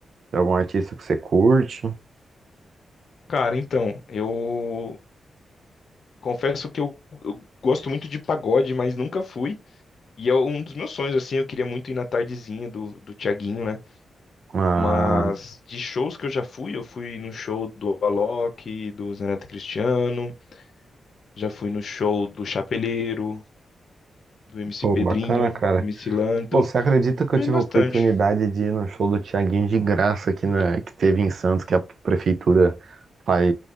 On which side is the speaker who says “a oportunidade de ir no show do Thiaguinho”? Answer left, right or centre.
Right